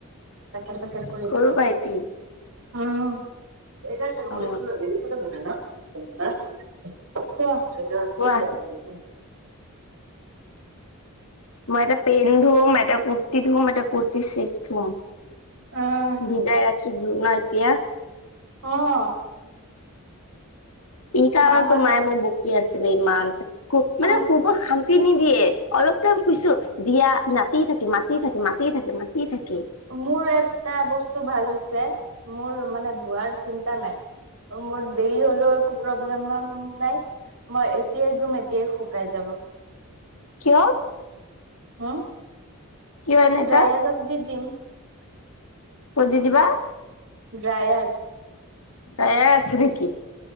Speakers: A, on the right; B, on the left.
A: বেকেৰ বেকেৰ কৰি
B: সৰু
A: থাকে
B: ভাইটি
A: উম এইবাৰ
B: অ।
A: মৰিুল দেৰি হয় ন হে ক এতি প
B: কোৱা
A: জান <unintelligible>
B: মই এটা পেন ধুম এটা কুৰ্তি ধুম এটা কুৰ্তি চেট ধুম
A: অ',
B: ভিজাই ৰাখি দিওঁ না এতিয়া
A: অ
B: ই কাৰণতো
A: আমাৰ
B: মায়ে মোৰ বকি আছিলে ইমান খুব মানে
A: আম
B: খুব শান্তি ন্তি নিদিয়ে অলপ টাইম শোইছো দিয়া মাতি থাকে মাতি থাকে মাতে থাকে মাতি থাকে
A: মোৰ এটা বস্তু ভাল হৈছে মোৰ মানে ধোৱাৰ চিন্তা নাই। মোৰ দেৰি হ'লেও একো প্ৰব্লেম নাই। মই এতিয়াই ধুম এতিয়াই শুকাই যাব।
B: কিয়?
A: হুম।
B: কিয় এনেকা
A: ড্ৰায়াৰত দি দিম।
B: ক'ত দি দিবা?
A: ড্ৰায়াৰ।
B: ড্ৰায়াৰ আছে নেকি?